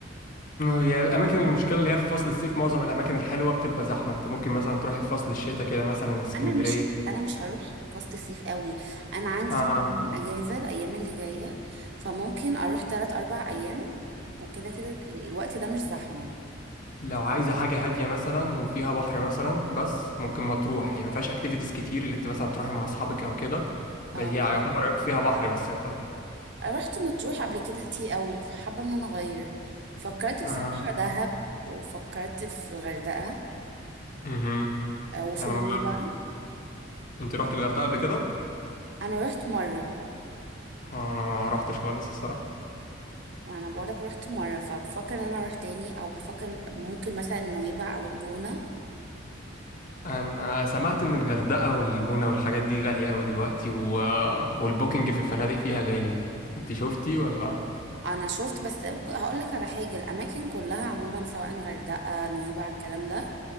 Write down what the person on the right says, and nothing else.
مم.
انا مش انا مش هروح فصل الصيف قوي انا عندي
كام يوم اجازة الايام اللي جاية فممكن اروح 3 4 ايام وكده كده الوقت ده مش زحمة
فاهمني؟
اه
رحت مطروح قبل كده كتير قوي فحابة ان انا اغير فكرت بصراحة
دهب وفكرت في الغردقة
آه، وفي
نويبع
انا رحت مرة
وانا بقولك رحت مرة فبفكر ان انا اروح تاني او بفكر ممكن مثلا نويبع او الجونة
انا شفت بس ب- هقولك على حاجة الاماكن كلها عموما سواء غردقة نويبع الكلام ده